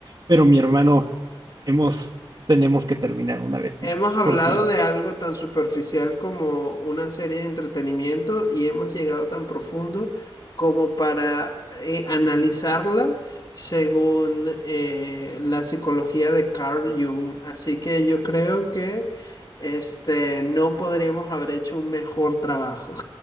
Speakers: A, on the right (about 50°); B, on the left (about 45°).
A: Pero mi hermano, hemos, tenemos que terminar una vez
B: Hemos
A: más,
B: hablado
A: porque
B: de algo tan superficial como una serie de entretenimiento y hemos llegado tan profundo como para eh, analizarla según eh, la psicología de Carl Jung. Así que yo creo que este, no podríamos haber hecho un mejor trabajo.